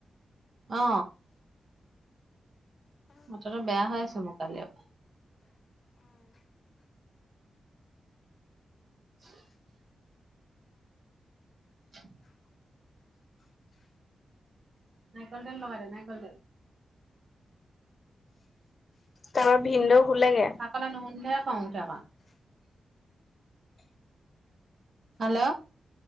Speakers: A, on the right; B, on the left.
A: অ। মাঠাটো বেয়া হৈ আছে মোৰ কালিৰ পৰা। <unintelligible> <unintelligible> নাৰিকল তেল লগাই দে নাৰিকল তেল।
B: তাপৰা ভিনদেও শুলেগে?
A: মোৰ কথা নুশুনিলে হে খং উঠে ক। হেল্ল'।